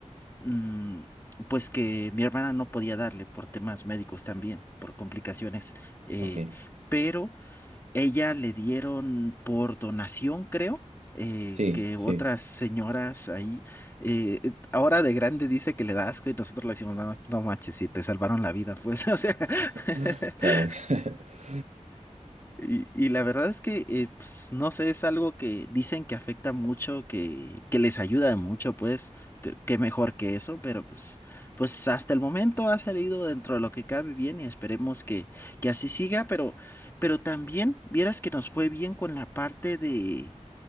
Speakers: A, on the left; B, on the right.
A: mm, pues que mi hermana no podía darle por temas médicos también, por complicaciones, eh,
B: ok.
A: pero ella le dieron por donación, creo. eh,
B: Sí,
A: que
B: sí.
A: otras señoras ahí, eh, eh, ahora de grande dice que le da asco y nosotros le decimos, no, no manches, si te salvaron la vida, pues, <laughs> o sea, <laughs>
B: <laughs> Claro. <laughs>
A: Y, y la verdad es que, eh, pues, no sé, es algo que dicen que afecta mucho, que, que les ayuda mucho, pues, que, que mejor que eso, pero pues, pues hasta el momento ha salido dentro de lo que cabe bien y esperemos que, que así siga, pero, pero también vieras que nos fue bien con la parte de,